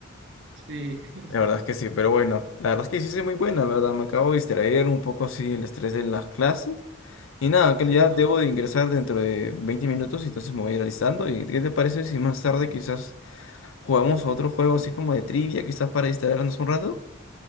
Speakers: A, on the right (about 60°); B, on the left (about 65°).
A: Sí, <laughs>
B: La verdad es que sí, pero bueno, la verdad es que sí es muy buena, ¿verdad? Me acabo de distraer un poco así el estrés de las clases Y nada, que
A: sí,
B: ya
A: totalmente.
B: debo de ingresar dentro de 20 minutos, y entonces me voy a ir alistando. ¿Y qué te parece si más tarde quizás jugamos a otro juego así como de trivia, quizás para distraernos un rato?